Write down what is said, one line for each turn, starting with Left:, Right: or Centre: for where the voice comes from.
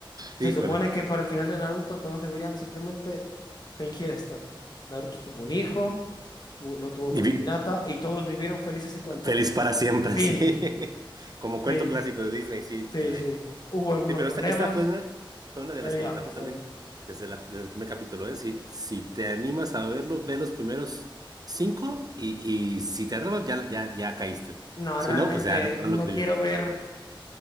Right: híjole.
Left: se supone que para el final de Naruto todos deberían simplemente fingir esto. Naruto tuvo un hijo, tu- lo tuvo
Right: Y
Left: con
Right: vi-
Left: Hinata y todos vivieron felices y contentos.
Right: feliz para siempre,
Left: Fin,
Right: <laughs> sí. Como cuento
Left: fin.
Right: clásico de Disney, sí,
Left: Sí,
Right: caray.
Left: sí. Hubo algunos
Right: Sí, pero
Left: problemas,
Right: esta, esta fue una, fue una de
Left: pero
Right: las
Left: ya,
Right: que me atrapó
Left: hasta
Right: también
Left: ahí.
Right: desde, la- desde el primer capítulo, ¿eh? Si, si te animas a verlo, ve los primeros cinco y, y si te atrapas, ya, ya, ya caíste.
Left: No,
Right: Si
Left: realmente
Right: no, pues ya no, no
Left: no
Right: es lo tuyo.
Left: quiero ver.